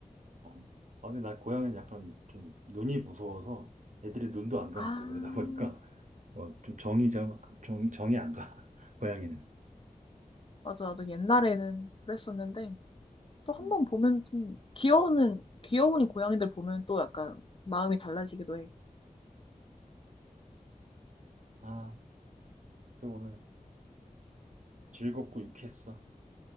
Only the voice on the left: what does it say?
아,
맞아. 나도 옛날에는 그랬었는데, 또 한
번 보면 좀, 귀여우는, 귀여운 고양이들 보면 또 약간 마음이 달라지기도 해.